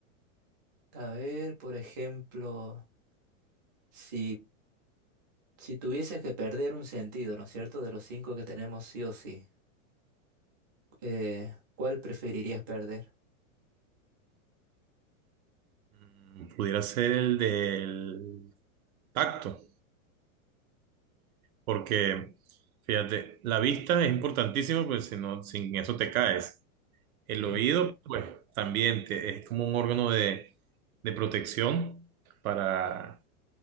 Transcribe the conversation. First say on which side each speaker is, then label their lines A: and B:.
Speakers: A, on the right; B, on the right.
A: A ver, por ejemplo, si, si tuvieses que perder un sentido, ¿no es cierto? De los cinco que tenemos sí o sí, eh, ¿cuál preferirías perder?
B: Mm, Pudiera ser el del tacto, porque fíjate, la vista es importantísima, pues si no, sin eso te caes. El
A: Sí.
B: oído, pues también te- es como un órgano de, de protección para